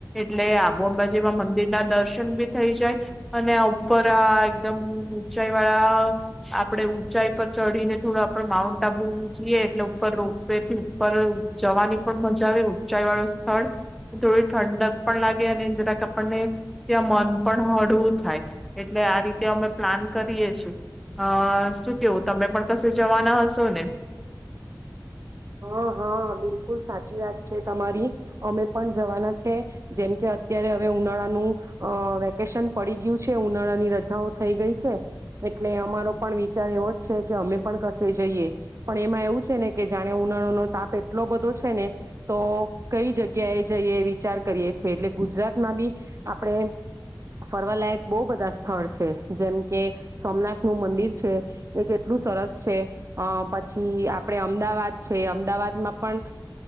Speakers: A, in the centre; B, on the right.
A: એટલે આબુ અંબાજીમાં મંદિર ના દર્શન બી થઈ જાય અને આ ઉપર આ એકદમ ઊંચાઈ વાળા આપડે ઊંચાઈ પર ચઢીને થોડું આપ માઉન્ટ આબુ જઈએ, એટલે ઉપર રોપ વે થી ઉપર જવાની પણ મજા આવે ઊંચાઈ વાળું સ્થળ થોડી ઠંડક. પણ લાગે અને જરાક આપણને ત્યાં મન પણ હળવું થાય એટલે આ રીતે અમે પ્લાન કરીએ છીએ. અ શું કેવું તમે પણ કશે જવાના હશો ને?
B: હા હા બિલકુલ સાચી વાત છે તમારી અમે પણ જવાના છે જેમ કે અત્યારે હવે ઉનાળાનું અ વેકેશન પડી ગયું છે, ઉનાળાની રજાઓ થઈ ગઈ છે એટલે અમારો પણ વિચાર એવો જ છે કે અમે પણ કશે જઈએ પણ એમાં એવું છે ને કે. જાણે ઉનાળો નો તાપ એટલો બધો છે ને તો કઈ જગ્યાએ જઈએ વિચાર કરીયએ છે, એટલે ગુજરાતમાં બી આપણે ફરવાલાયક બહુ બધા સ્થળ છે જેમ કે સોમનાથ નું મંદિર છે એ કેટલું સરસ છે, અ પછી આપણે અ અમદાવાદ છે. અમદાવાદમાં પણ